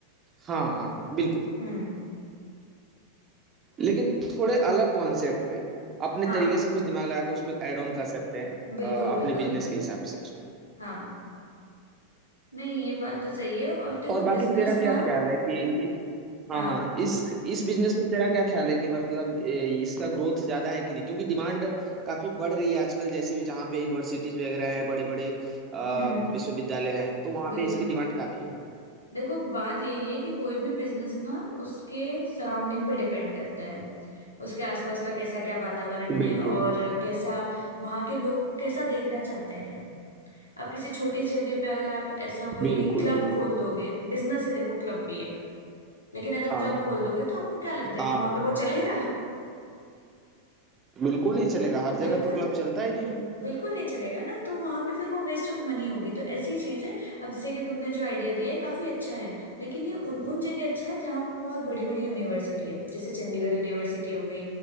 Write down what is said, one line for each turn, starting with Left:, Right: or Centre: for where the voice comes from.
Right: हाँ हाँ बिल्कुल
Left: हम्म
Right: लेकिन थोड़े अलग कॉन्सेप्ट पे अपने
Left: हाँ
Right: तरीके से कुछ दिमाग लगा के उसमें ऐड ऑन कर सकते हैं
Left: बिल्कुल
Right: अ, अपने
Left: बिल्कुल
Right: बिजनेस के हिसाब से उसमें
Left: हाँ नहीं ये बात तो सही है और देखो
Right: और बाकी
Left: बिजनेस
Right: तेरा क्या
Left: ना
Right: ख्याल है कि
Left: हाँ
Right: हाँ हाँ इस इस बिजनेस में तेरा क्या ख्याल है कि मतलब ए, इसका ग्रोथ ज्यादा है कि नहीं क्योंकि डिमांड काफी बढ़ रही है आजकल जैसे भी जहाँ पे यूनिवर्सिटीज वगैरह हैं बड़े बड़े
Left: हम्म
Right: विश्वविद्यालय हैं तो वहाँ
Left: बिल्कुल
Right: पे इसकी डिमांड काफी है
Left: देखो बात यही है कि कोई भी बिजनेस ना उसके सराउंडिंग पे डिपेंड करता है उसके आसपास का कैसा क्या वातावरण है
Right: बिल्कुल
Left: और कैसा वहाँ के लोग कैसा देखना चाहते हैं आप किसी छोटी जगह पे अगर आप ऐसा कोई
Right: बिल्कुल
Left: क्लब
Right: बिल्कुल
Left: खोल दोगे बिजनेस है देखो क्लब भी एक लेकिन अगर
Right: हाँ
Left: क्लब खोल दोगे तो आपको क्या लगता है
Right: हाँ
Left: कि वहां
Right: हाँ
Left: पे वो चलेगा
Right: बिल्कुल नहीं चलेगा हर
Left: बिल्कुल
Right: जगह तो क्लब चलता ही नहीं है
Left: बिल्कुल नहीं चलेगा ना तो वहां पे फिर वो वेस्ट ऑफ मनी होगी तो ऐसी चीज है अब जैसे कि तुमने जो आइडिया दिया है काफी अच्छा है लेकिन ये उन उन जगह अच्छा है जहाँ पे बहुत बड़ी बड़ी यूनिवर्सिटी है जैसे चंडीगढ़ यूनिवर्सिटी हो गई